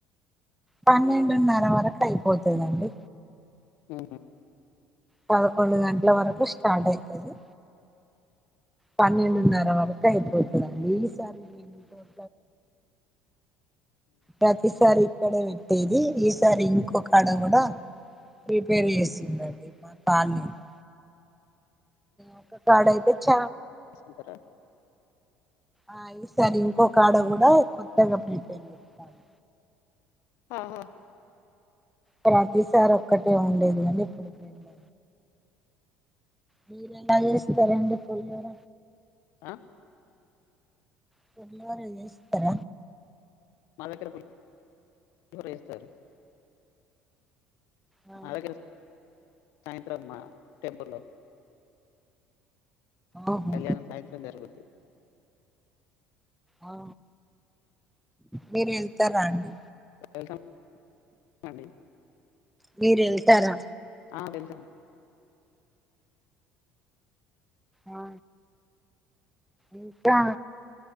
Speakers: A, in the centre; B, on the left.
A: పన్నెండున్నర వరకు అయిపోతుందండి
B: ఊ
A: పదకొండు గంటల వరకు స్టార్ట్ అయితుది పన్నెండున్నర వరకుయపోయిత దండి ఈసారి ఏంగా <inaudible> ప్రతి సారి ఇక్కడ పెట్టేది ఈసారి ఇంకొ కాడ గుడా ప్రిపేర్ చేసిండండి మా కాలనీలో ఒక కాడయితే చ
B: స్తుంతార
A: ఆ ఈసారి ఇంకొకాడ గూడ కొత్తగా ప్రిపేర్ చేతారు
B: ఆహా
A: ప్రతిసారి ఒక్కటే ఉండేది కానీ ఇప్పుడు రెండు మీరు ఎలా జేస్తారండి పులిహోర
B: ఆ
A: పులిహోర చేసిత్తర
B: మా దగ్గర పులిహోర జేస్తారు
A: ఆ
B: అలాగే సాయంత్రం మా టెంపుల్ లో
A: ఆహా
B: కళ్యాణం సాయంత్రం జరుగుద్ది
A: అ మీరు వెళ్తారా అండి
B: వెళ్తాం అండి
A: మీరుళ్తెరా
B: ఆ వెళ్తాం
A: ఆ ఇంకా